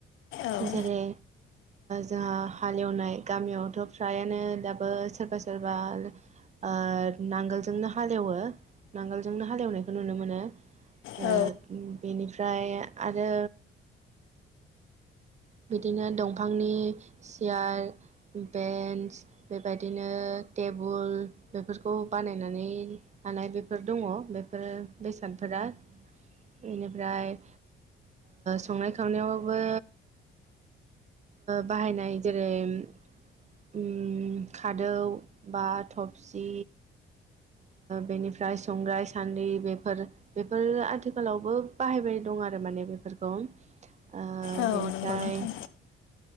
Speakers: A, on the left; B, on the right.
A: औ
B: जेरै जोंहा हालेवनाय गामियावथ' फ्रायानो दाबो सोरबा सोरबा ओ नांगोलजोंनो हालेवो नांगोलजोंनो हालेवनायखौ नुनो मोनो। ओ
A: औ
B: बेनिफ्राय आरो बिदिनो दंफांनि सियार बेन्स बेबायदिनो टेबोल बेफोरखौ बानायनानै लानाय बेफोर दङ बेफोरो बेसादफोरा बेनिफ्राय संनाय खावनायावबो बाहायनाय जेरै खादौ बा थबसि बेनिफ्राय संग्राय सानद्रि बेफोर बेफोरो आथिखालावबो बाहायबाय दं आरो माने बेफोरखौ आ
A: औ
B: बेनिफ्राय
A: नंगौ नोंथां